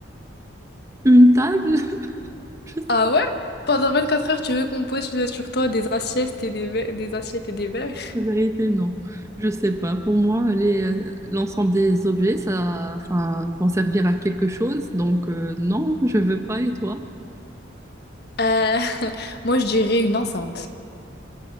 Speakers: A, on the right (about 15°); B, on the left (about 55°).
A: une table, <laughs> je sais
B: Ah
A: pas.
B: ouais? Pendant 24 heures, tu veux qu'on pose sur toi des assiettes et des verres, des assiettes et des verres?
A: La vérité, non, je sais pas. Pour moi, les, euh, l'ensemble des objets, ça, enfin, vont servir à quelque chose. Donc, euh, non, je veux pas. Et toi?
B: Euh, <laughs> moi, je dirais une enceinte.